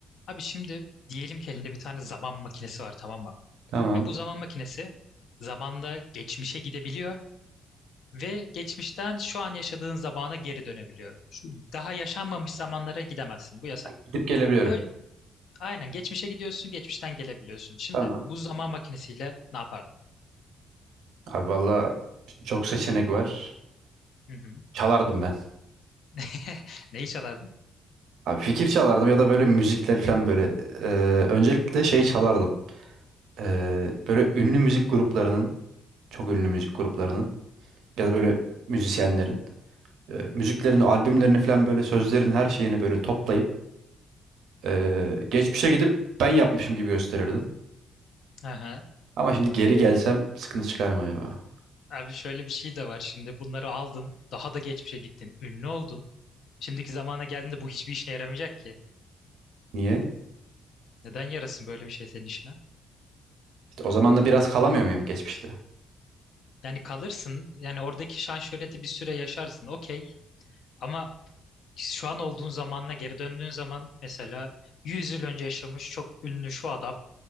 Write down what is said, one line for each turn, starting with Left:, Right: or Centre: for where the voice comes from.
Left: Abi şimdi diyelim ki elinde bir tane zaman makinesi var tamam mı?
Right: Tamam.
Left: Ve bu zaman makinesi zamanda geçmişe gidebiliyor ve geçmişten şu an yaşadığın zamana geri dönebiliyor. Şu daha yaşanmamış zamanlara gidemezsin. Bu yasak.
Right: Gidip gelebiliyorum.
Left: Böyle aynen geçmişe gidiyorsun, geçmişten gelebiliyorsun. Şimdi
Right: Tamam.
Left: bu zaman makinesiyle ne yapardın?
Right: Abi valla çok seçenek var.
Left: Hı hı.
Right: Çalardım ben.
Left: <laughs> Neyi çalardın?
Right: Abi fikir çalardım ya da böyle müzikler falan böyle. Ee, öncelikle şey çalardım. Ee, böyle ünlü müzik gruplarının, çok ünlü müzik gruplarının ya
Left: Hı
Right: da
Left: hı.
Right: böyle müzisyenlerin e, müziklerini, albümlerini falan böyle sözlerin her şeyini böyle toplayıp ee, geçmişe gidip ben yapmışım gibi gösterirdim.
Left: Aha.
Right: Ama şimdi geri gelsem sıkıntı çıkar mı acaba?
Left: Abi şöyle bir şey de var şimdi. Bunları aldın, daha da geçmişe gittin, ünlü oldun. Şimdiki zamana geldiğinde bu hiçbir işine yaramayacak ki.
Right: Niye?
Left: Neden yarasın böyle bir şey senin işine?
Right: İşte o zaman da biraz kalamıyor muyum geçmişte?
Left: Yani kalırsın. Yani oradaki şan şöhreti bir süre yaşarsın. Okey. Ama şu an olduğun zamanla geri döndüğün zaman mesela 100 yıl önce yaşamış çok ünlü şu adam.